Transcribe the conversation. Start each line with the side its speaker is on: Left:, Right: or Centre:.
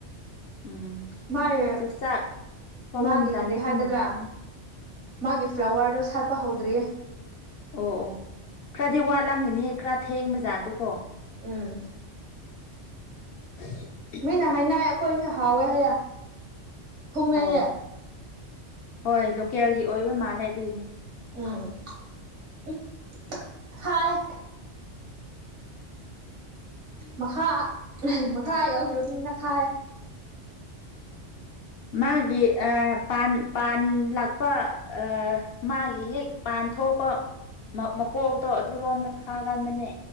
Left: ꯎꯝ
Right: ꯃꯥꯢꯌꯦ
Left: ꯆꯥꯛꯆꯥꯛ ꯊꯣꯛꯄ
Right: ꯃꯥꯒꯤ
Left: ꯃꯇꯝꯗꯁꯨ
Right: ꯀꯔꯤ ꯍꯥꯏꯒꯗ꯭ꯔꯥ
Left: ꯅꯨꯡꯉꯥꯏꯕꯅꯦ
Right: ꯃꯥꯒꯤ ꯐ꯭ꯂꯥꯋꯔꯗꯣ ꯁꯥꯠꯄ ꯍꯧꯗ꯭ꯔꯤꯌꯦ
Left: ꯑꯣ ꯑꯣ ꯈ꯭ꯔꯗꯤ ꯋꯥꯠꯂꯝꯒꯅꯤ ꯈꯔ ꯊꯦꯡꯕ ꯖꯥꯠꯇꯨ ꯀꯣ
Right: ꯎꯝ
Left: <inaudible>
Right: ꯃꯤꯅ ꯍꯥꯏꯅꯥꯏ ꯑꯩꯈꯣꯏꯁꯦ ꯍꯥꯎꯋꯦ ꯍꯥꯏꯌꯦ ꯊꯨꯝꯃꯦꯌꯦ
Left: ꯑꯣ ꯍꯣꯏ ꯂꯣꯀꯦꯜꯒꯤ ꯑꯣꯏꯕ ꯃꯥꯜꯂꯦ ꯑꯗꯨꯏꯅꯦ
Right: ꯎꯝ ꯎꯞ ꯈꯥꯏ ꯃꯈꯥ ꯃꯈꯥ ꯌꯧꯈ꯭ꯔꯝꯅꯤꯅ ꯈꯥꯏꯌꯦ
Left: ꯃꯥꯒꯤ ꯑꯥ ꯄꯥꯟ ꯄꯥꯟ ꯂꯥꯛꯄ ꯑꯥ ꯃꯥꯒꯤ ꯍꯦꯛ ꯄꯥꯟ ꯊꯣꯛꯄ ꯃꯥ ꯃꯀꯣꯛꯇꯣ ꯑꯗꯨꯔꯣꯝꯗ ꯈꯥꯒꯟꯕꯅꯦ